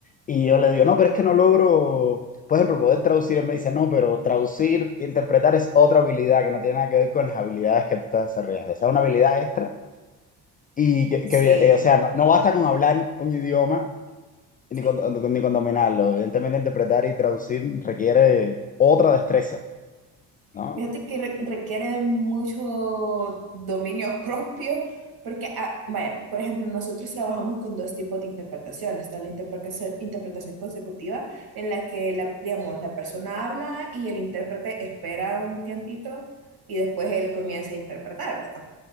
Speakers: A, on the left (about 20°); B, on the right (about 45°).
A: Y yo le digo, no, pero es que no logro, por ejemplo, poder traducir. Él me dice, no, pero traducir, interpretar es otra habilidad que no tiene nada que ver con las habilidades que tú estás desarrollando. O sea, una habilidad extra. Y que,
B: Sí,
A: que, eh, o sea, no, no basta con hablar un idioma ni
B: sí.
A: con, ni con dominarlo. Evidentemente, interpretar y traducir requiere otra destreza, ¿no?
B: Fíjate que re- requiere mucho dominio <laughs> propio, porque, ah, vaya, por ejemplo, nosotros trabajamos con dos tipos de interpretación. Está la interpretación, interpretación consecutiva, en la que, la, digamos, la persona habla y el intérprete espera un tiempito y después él comienza a interpretar, ¿verdad?